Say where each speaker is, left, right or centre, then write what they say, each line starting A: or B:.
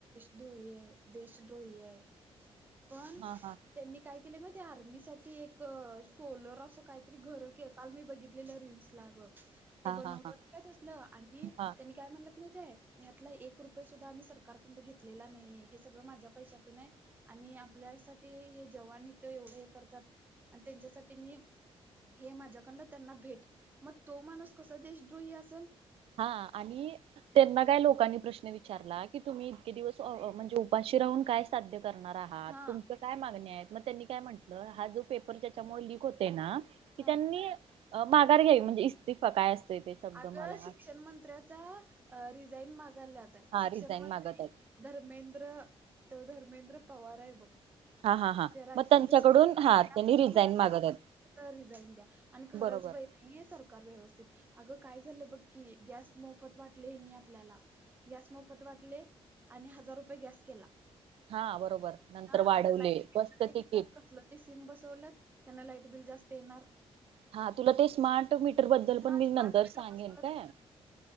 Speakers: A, on the right; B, on the right.
A: द्रोही देश द्रोही आहे. पण
B: हा, हा,
A: त्यांनी काय केलं माहिते, आर्मी साठी एक सोलर असं काहीतरी घरके काल मी बघितलेलं रीलस आग.
B: हा
A: ते बनवलं
B: हा हा
A: त काय तसलं आणि
B: हा
A: त्यानी काय म्हणलत माहिती, यातला एक रुपये सुद्धा आम्ही सरकारकडं घेतलेला नाहीे हे सगळं माझ्या पैशातून आहे. आणि आपल्यासाठी हे जवान इथ एवढं हे करतात आणि त्यांच्यासाठी मी हे माझ्याकडडं त्यांना भेट, मग तो माणूस कसा देशद्रोही असेल?
B: हा आणि त्यांना काय लोकांनी प्रश्न विचारला की तुम्ही इतके दिवस म्हणजे उपाशी राहून काय साध्य करणार आहात?
A: हा
B: तुमच काय मागणी आहेत, मग त्यांनी काय म्हटलं हा जो पेपर त्याच्यामुळे लिक होते ना की
A: हा
B: त्यांनी अ माघार घ्यावी म्हणजे इस्तिफा काय असते ते. शब्द
A: आग
B: मला
A: शिक्षण मंत्र्याचा रिझाईन मागायला आता.
B: हा
A: शिक्षण
B: रिझाईन
A: मंत्री
B: मागत आहेत.
A: धर्मेंद्र ते धर्मेंद्र पवार आहे बघ.
B: हा हा हा
A: त्या राज्याच्या
B: मग त्यांच्याकडून
A: शिक्षण मंत्यां
B: हा त्यांनी रिझाईन
A: <unintelligible> म्हणाला
B: मागत आहेत.
A: रिझाईन द्या आणि खरंच
B: बरोबर
A: बाई नाही येत सरकार व्यवस्थित. अगं काय झालं बघ की, गॅस् मोफत वाटले हे नाही आपल्याला गॅस मोफत वाटले आणि हजार रुपये गॅस केला.
B: हा बरोबर नंतर
A: हा
B: वाढवले
A: आता लाईट बिल
B: बसच
A: काय
B: तिकीट
A: केलं ते सिम बसवल्यात त्यांना लाईट बिल जास्त येणार.
B: हा तुला ते स्मार्ट मीटर बद्दल पण
A: हा
B: मी नंतर
A: स्मार्ट मीटर
B: सांगेन
A: बसवलं
B: काय.